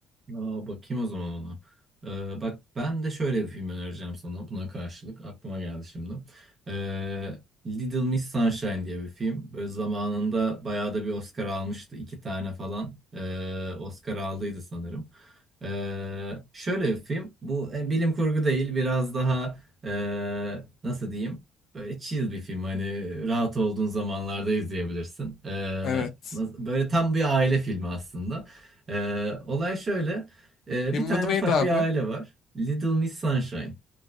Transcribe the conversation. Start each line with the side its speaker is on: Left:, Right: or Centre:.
Right: Aa, bakayım o zaman ona. Ee, bak ben de şöyle bir film önereceğim sana buna karşılık. Aklıma geldi şimdi. Ee, Little Miss Sunshine diye bir film. Böyle zamanında bayağı da bir Oscar almıştı. iki tane falan ee, Oscar aldıydı sanırım. Ee, şöyle bir film. Bu e, bilim kurgu değil. Biraz daha ee, nasıl diyeyim? Böyle chill bir film. Hani rahat olduğun zamanlarda izleyebilirsin. Ee,
Left: Evet.
Right: nasıl- böyle tam bir aile filmi aslında. Ee, olay şöyle. Ee,
Left: Filmin
Right: bir tane
Left: adı neydi
Right: ufak
Left: abi?
Right: bir aile var. Little Miss Sunshine.